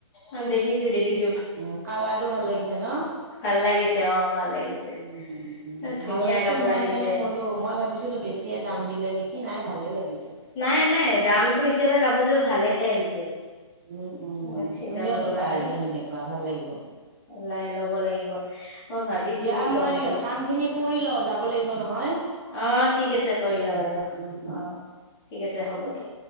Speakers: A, on the left; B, on the right.
A: অঁ দেখিছোঁ দেখিছোঁ।
B: উম কালাৰটো ভাল লাগিছে ন।
A: ভাল লাগিছে অ ভাল লাগিছে
B: উম, উম,
A: এ ধুনীয়া
B: ভাল লাগিছে
A: কাপোৰ
B: মই
A: আহিছে।
B: সেইকাৰণে ক'লো মই ভাবিছিলোঁ বেছিয়ে দাম দিলে নেকি নাই। ভালে লাগিছে।
A: নাই নাই দামটো হিচাপে কাপোৰযোৰ ভালে আহিছে।
B: উম উম
A: ইমান চিন্তা
B: তুমিও
A: কৰিব
B: ল'বা
A: লগা নাই
B: এযোৰ লবা সেনেকুৱা ভাল লাগিব।
A: লাই ল'ব লাগিব মই ভাবিছোয়ে
B: দিয়া
A: ল'ম
B: মই
A: বুলি
B: কাম খিনি কৰি লওঁ যাব লাগিব নহয়।
A: অঁ ঠিক আছে কৰি
B: উম,
A: লোৱা কৰি লোৱা
B: উম, উম।
A: অঁ ঠিক আছে হ'ব দিয়া।